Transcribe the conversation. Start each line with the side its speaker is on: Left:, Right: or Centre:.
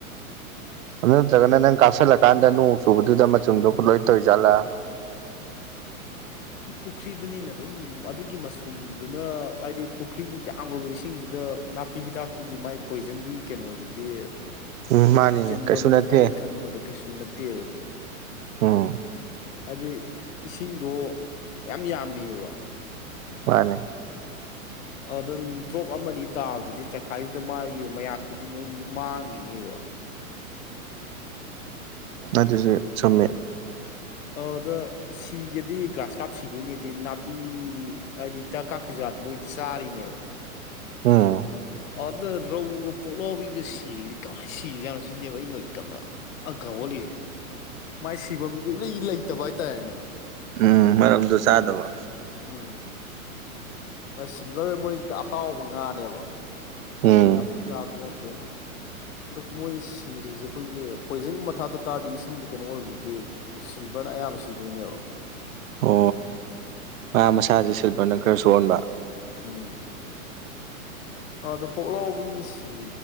Right: ꯑꯗꯨ ꯅꯠꯇ꯭ꯔꯒꯅ ꯅꯪ ꯀꯥꯞꯁꯤꯜꯂꯀꯥꯟꯗ ꯅꯣꯡ ꯆꯨꯕꯗꯨꯗ ꯃꯆꯨꯝꯗꯨꯣ ꯂꯣꯏ ꯇꯧꯔꯤꯖꯥꯠꯂ
Left: ꯄꯨꯈ꯭ꯔꯤꯗꯅꯤꯅ ꯑꯗꯨꯝ ꯑꯗꯨꯒꯤ ꯃꯁꯨꯝꯗꯨꯅ ꯍꯥꯏꯗꯤ ꯄꯨꯈ꯭ꯔꯤꯒꯤ ꯌꯥꯝꯈ꯭ꯔꯕ ꯏꯁꯤꯡꯗꯨꯗ ꯅꯥꯄꯤ ꯍꯤꯗꯥꯛꯇꯨꯒꯤ ꯃꯥꯏ ꯄꯣꯏꯖꯟꯗꯨꯒꯤ ꯀꯩꯅꯣꯗꯨꯗꯤ
Right: ꯎꯝ ꯃꯥꯅꯤꯅꯦ
Left: ꯑꯁ ꯆꯦꯟꯕꯝꯗꯨꯗꯤ
Right: ꯀꯩꯁꯨ ꯅꯠꯇꯦ
Left: ꯑꯩꯅ ꯈꯟꯕꯗ ꯀꯩꯁꯨ ꯅꯠꯇꯦꯕ ꯗꯨ
Right: ꯑ
Left: ꯍꯥꯏꯗꯤ ꯏꯁꯤꯡꯗꯣ ꯃꯌꯥꯝ ꯌꯥꯝꯃꯤꯕ
Right: ꯃꯥꯅꯦ
Left: ꯑꯗꯨꯝ ꯗ꯭ꯔꯣꯞ ꯑꯃꯅꯤ ꯇꯥꯕꯗꯨꯗꯤ ꯆꯈꯥꯏꯈꯤꯕꯗ ꯃꯥꯒꯤ ꯃꯌꯥꯛꯇꯨꯗꯤ ꯅꯣꯏ ꯃꯥꯡꯈꯤꯅꯦꯕ
Right: ꯑꯗꯨꯁꯨ ꯆꯨꯝꯃꯦ
Left: ꯑꯧꯗ ꯁꯤꯒꯦꯗꯤ ꯒ꯭ꯔꯥꯁ ꯀꯥꯞ ꯁꯤꯗꯣꯏꯅꯦꯗꯤ ꯅꯥꯄꯤ ꯍꯥꯏꯗꯤ ꯍꯤꯗꯥꯛ ꯀꯥꯞ ꯀꯤꯖꯥꯗ ꯃꯣꯏꯗꯤ ꯆꯥꯔꯤꯅꯦꯕ
Right: ꯎꯝ
Left: ꯑꯥꯗ ꯔꯧꯒ ꯄꯣꯛꯂꯥꯎꯕꯤꯒ ꯁꯤꯔꯤꯖꯤ ꯀꯃꯥꯏꯅ ꯁꯤꯔꯤꯖꯥꯠꯅꯣ ꯁꯤꯅꯦꯕ ꯑꯩꯅ ꯍꯧꯖꯤꯛ ꯀꯟꯅ ꯑꯪꯀꯥ ꯍꯣꯠꯂꯤꯁꯦ ꯃꯥꯏ ꯁꯤꯐꯝꯖꯦ ꯏꯂꯩ ꯂꯩꯇꯕ ꯍꯥꯏꯇꯥꯔꯦꯅꯦ
Right: ꯎꯝ ꯃꯔꯝꯗꯨ ꯆꯥꯗꯕ
Left: ꯎꯝ ꯃꯣ ꯁꯤꯜꯚꯔ ꯃꯣꯏꯖꯤꯗꯤ ꯑꯇꯥꯎꯕ ꯉꯥꯅꯦꯕ
Right: ꯎꯝ
Left: ꯃꯣꯏ ꯅꯄꯤ ꯆꯥꯕꯁꯨ ꯅꯠꯇꯦ ꯑꯗꯣ ꯃꯣꯏ ꯁꯤꯔꯤꯖꯦ ꯈꯣꯏꯒꯤ ꯄꯣꯏꯖꯟꯒꯨꯝꯕ ꯊꯥꯗ ꯇꯥꯔꯗꯤ ꯏꯁꯤꯡꯗꯤ ꯀꯩꯅꯣ ꯑꯣꯏꯕꯗꯨꯗꯤ ꯁꯤꯜꯚꯔꯅ ꯑꯌꯥꯝꯕ ꯁꯤꯗꯣꯏꯅꯦꯕ
Right: ꯑꯣ ꯉꯥ ꯃꯁꯥꯖꯦ ꯁꯤꯜꯚꯔꯅ ꯈꯔ ꯁꯣꯟꯕ
Left: ꯎꯝ ꯑ ꯗꯣ ꯄꯣꯛꯂꯥꯎꯕꯤꯁ